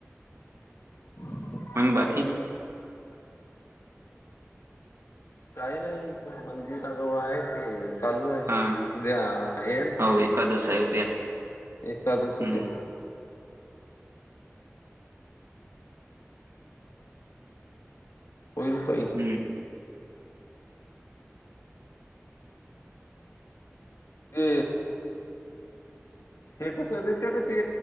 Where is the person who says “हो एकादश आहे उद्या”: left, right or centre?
Right